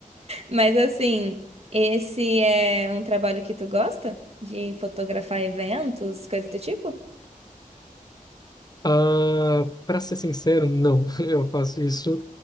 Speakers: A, on the right; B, on the left.
A: Mas assim, esse é um trabalho que tu gosta? De fotografar eventos, coisa do tipo?
B: Ah, para ser sincero, não. <laughs> Eu faço isso